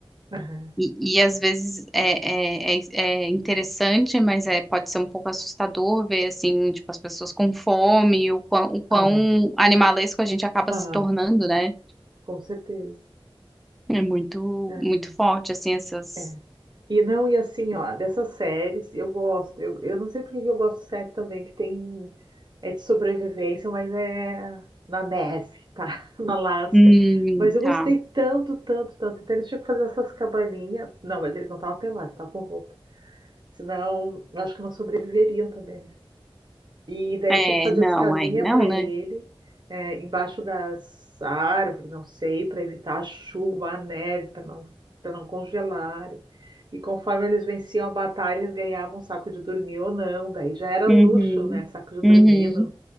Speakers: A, on the right; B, in the centre.
A: aham,
B: E, e às vezes é, é, é, é interessante, mas é, pode ser um pouco assustador ver assim, tipo, as pessoas com fome, o quão, o quão
A: aham,
B: animalesco a gente acaba
A: aham,
B: se tornando, né?
A: com certeza.
B: É muito,
A: É,
B: muito forte, assim, essas
A: é. E não, e assim, ó, dessas séries, eu gosto. Eu, eu não sei por que que eu gosto de série também, que tem. É de sobrevivência, mas é na neve, tá? <laughs> na Alasca.
B: Hum,
A: Mas eu
B: tá.
A: gostei tanto, tanto, tanto. Então eles tinham que fazer essas cabaninhas. Não, mas eles não estavam pelados, estavam com roupa. Senão, eu acho que não sobreviveriam também, né? E daí
B: É,
A: eles tinham que fazer
B: não,
A: as casinhas
B: aí não,
A: para ele,
B: né?
A: é, embaixo das árvores, não sei, para evitar a chuva, a neve, para não, para não congelar. E conforme eles venciam a batalha, eles ganhavam um saco de dormir ou não. Daí já era
B: Uhum.
A: luxo, né? Saco de dormir
B: Uhum.